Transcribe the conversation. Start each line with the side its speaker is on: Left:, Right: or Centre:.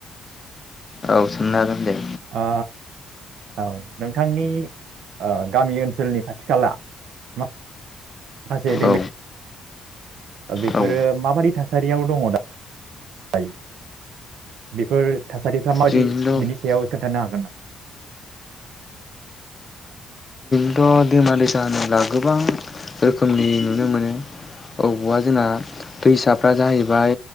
Left: औ सोंनो हागोन दे।
Right: ओ औ नोंथांनि ओ‌ गामि ओनसोलनि खाथि खाला मा खासे दैमा
Left: औ
Right: बेफोरो
Left: औ
Right: माबाददि थासारियाव दङ दा। <unintelligible> बेफोर थासारिफ्रा माबायदि
Left: जोंनिथिंथ'
Right: बिनि सायाव खोन्थानो हागोन नामा।
Left: थ दैमा दैसा होनोब्ला गोबां रोखोमनि नुनो मोनो अबवबा जोंना दैसाफ्रा जाहैबाय